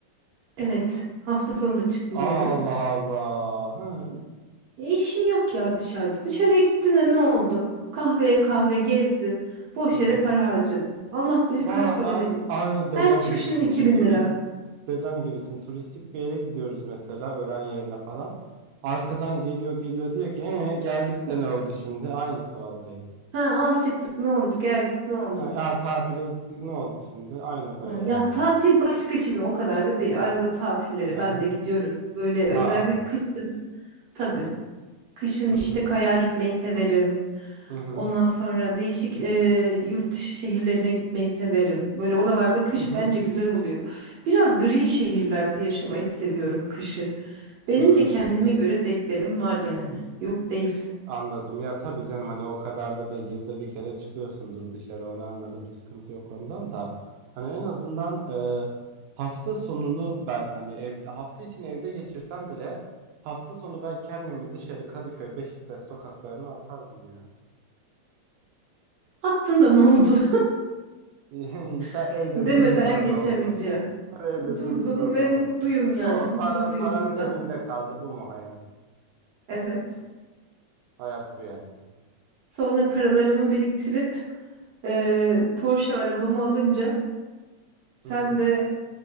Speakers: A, on the right; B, on the right.
A: Evet, hafta sonu da çıkmıyorum.
B: Allah Allah. Hı hı.
A: E işim yok ya dışarıda. Dışarıya gittin de ne oldu? Kahveye kahve gezdin. Boş
B: Hı hı.
A: yere para harcadın. Allah bilir
B: Aa,
A: kaç para veriyor.
B: aynı dedem
A: Her çıkışın
B: gibisin.
A: iki
B: Bir
A: bin
B: turist
A: lira.
B: dedem gibisin. Turistik bir yere gidiyoruz mesela öğren yerine falan. Arkadan geliyor geliyor diyor ki ee, geldik de ne oldu şimdi? Aynısı vallahi.
A: Ha al çıktık ne oldu? Geldik ne oldu?
B: Ay, Aa, tatile gittik ne oldu şimdi? Aynı böyle
A: Ha, ya
B: vallahi.
A: tatil başka şimdi o kadar da değil. Arada tatillere ben
B: Aha.
A: de gidiyorum. Böyle özellikle
B: Aa.
A: kışın tabii. Kışın
B: Hı
A: işte
B: hı.
A: kayağa gitmeyi severim.
B: Hı hı.
A: Ondan sonra değişik e, yurt dışı şehirlerine gitmeyi severim. Böyle oralarda kış
B: Hı hı.
A: bence güzel oluyor. Biraz gri şehirlerde yaşamayı seviyorum kışı. Benim
B: Hı. Hmm.
A: de kendime göre zevklerim var yani. Yok değil.
B: Anladım ya tabii canım hani o kadar da değil yılda bir kere çıkıyorsundur dışarı onu anladım sıkıntı yok ondan da hani en azından e, hafta sonunu ben hani evde hafta için evde geçirsem bile hafta sonu ben kendimi dışarı Kadıköy Beşiktaş sokaklarına atardım ya.
A: Attın da ne oldu
B: <laughs> Sen
A: <laughs>
B: evde
A: demeden
B: durduğunda
A: geçemeyeceğim.
B: ne oldu? Sen evde
A: Durdum
B: durduğunda ne
A: ve
B: oldu?
A: mutluyum yani.
B: Ne oldu?
A: Huzurluyum
B: Paran, paran
A: burada.
B: cebinde kaldı bu mu hayat?
A: Evet.
B: Hayat bu yani.
A: Sonra paralarımı biriktirip e, Porsche arabamı alınca sen
B: Hı hı.
A: de